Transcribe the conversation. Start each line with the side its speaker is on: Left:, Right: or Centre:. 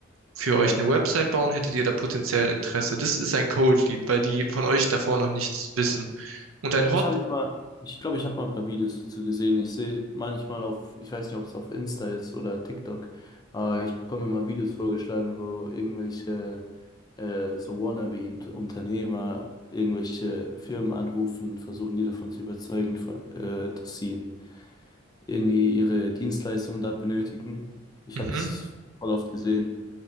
Right: für euch
Left: Ja.
Right: eine Website bauen, hättet ihr da potenziell Interesse. Das ist ein Cold Lead, weil die von euch davor noch nichts wissen. Und ein
Left: Ja, das
Right: Hot,
Left: habe ich mal. Ich glaube, ich habe mal ein paar Videos dazu gesehen. Ich sehe manchmal auf, ich weiß nicht, ob es auf Insta ist oder TikTok, aber ich bekomme immer Videos vorgeschlagen, wo irgendwelche äh, so Wannabe-Unternehmer irgendwelche Firmen anrufen, versuchen die davon zu überzeugen, von, äh, dass sie irgendwie ihre Dienstleistungen da benötigen. Ich
Right: mhm,
Left: habe das voll oft gesehen.